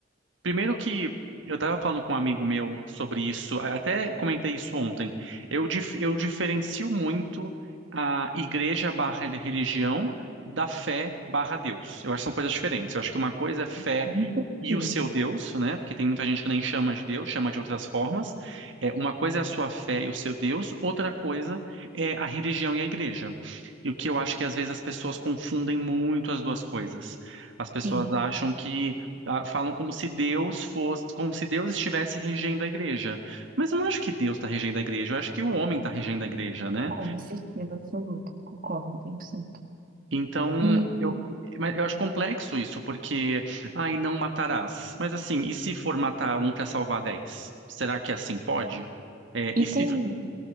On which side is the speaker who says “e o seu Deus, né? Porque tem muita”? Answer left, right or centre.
Right